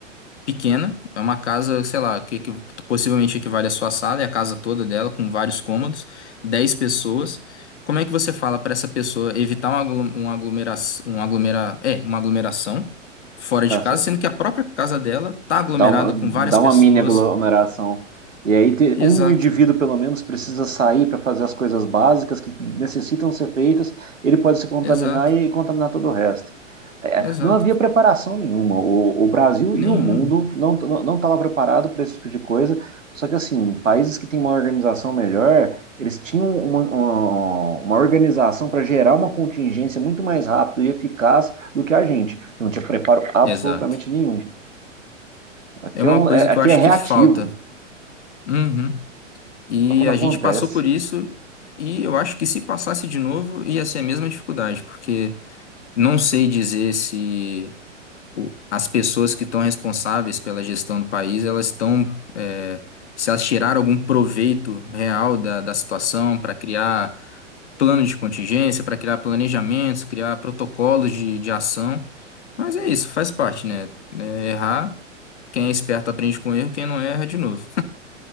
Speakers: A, on the left (about 60°); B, on the right (about 80°).
A: pequena, é uma casa, sei lá, que, que possivelmente equivale à sua sala, é a casa toda dela, com vários cômodos, 10 pessoas. Como é que você fala para essa pessoa evitar uma, aglu- uma aglomeração, uma aglomera, é, uma aglomeração fora
B: Tá,
A: de casa,
B: só
A: sendo que a própria casa dela tá aglomerada
B: Dá uma, dá
A: com várias pessoas?
B: uma mini aglomeração. E aí te-
A: Exato,
B: um indivíduo, pelo menos, precisa sair para fazer as coisas básicas que necessitam ser feitas, ele pode se contaminar
A: exato,
B: e contaminar todo o resto. É,
A: exato.
B: não havia preparação nenhuma. O, o Brasil e
A: Nenhum.
B: o mundo não não estava preparado para esse tipo de coisa. Só que, assim, países que têm uma organização melhor, eles tinham uma, uma, uma organização para gerar uma contingência muito mais rápido e eficaz do que a gente, que não tinha preparo absolutamente
A: Exato.
B: nenhum. Aqui
A: É uma
B: é, um-
A: coisa
B: é-
A: que
B: aqui
A: eu acho
B: é reativo,
A: que falta. Uhum. E
B: só quando
A: a
B: acontece.
A: gente passou por isso, e eu acho que se passasse de novo, ia ser a mesma dificuldade, porque Não sei dizer se o- as pessoas que estão responsáveis pela gestão do país, elas estão, é, se elas tiraram algum proveito real da, da situação para criar plano de contingência, para criar planejamentos, criar protocolos de, de ação. Mas é isso, faz parte, né? É, errar, quem é esperto aprende com erro, quem não erra de novo.